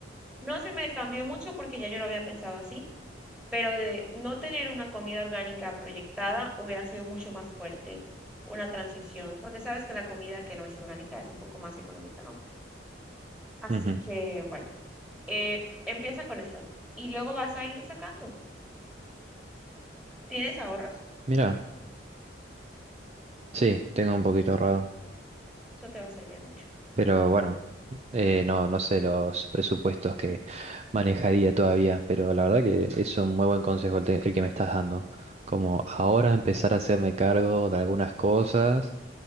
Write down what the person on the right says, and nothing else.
ujú.
Mira, sí, tengo un poquito ahorrado.
Pero
bueno, eh, no, no sé los presupuestos que manejaría todavía, pero la verdad que es un muy buen consejo el, te- el que me estás dando. Como ahora empezar a hacerme cargo de algunas cosas,